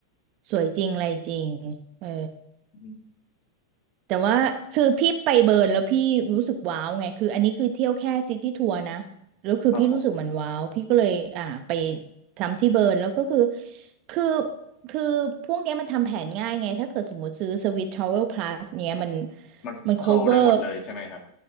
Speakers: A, on the right; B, on the left.
A: สวยจริงอะไรจริงเออ
B: อืม
A: แต่ว่าคือพี่ไปเบิร์นแล้วพี่รู้สึกว้าวไงคืออันนี้คือเที่ยวแค่ซิตี้ทัวร์นะแล้วคือพี่รู้สึกมันว้าวพี่ก็เลยอ่าไป
B: ครับผม
A: ทำที่เบิร์นแล้วก็คือคือคือพวกเนี้ยมันทำแผนง่ายไงถ้าเกิดสมมติซื้อสวิส Travel Plus เนี้ยมัน
B: มันเข้าได้หมดเลยใช่ไหมครับ
A: มัน cover